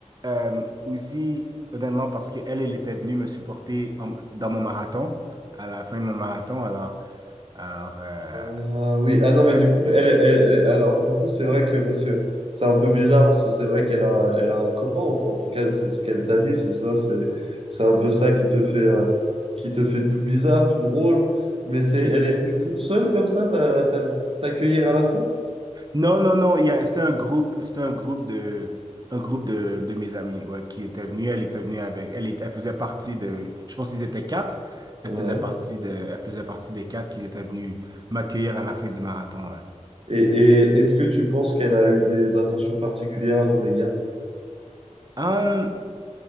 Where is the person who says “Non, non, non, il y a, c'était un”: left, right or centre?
Right